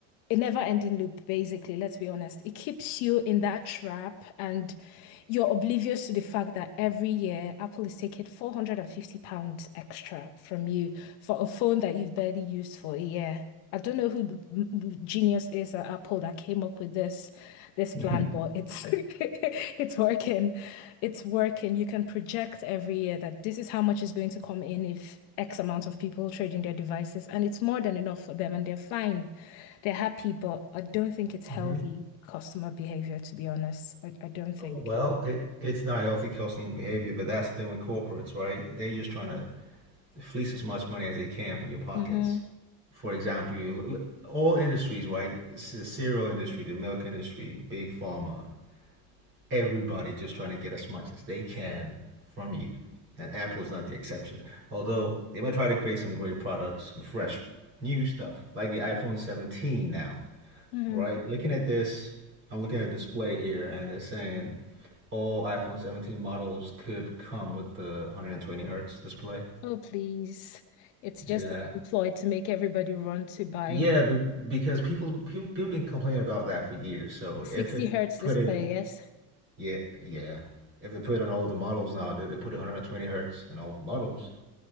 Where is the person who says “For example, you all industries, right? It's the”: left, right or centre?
Right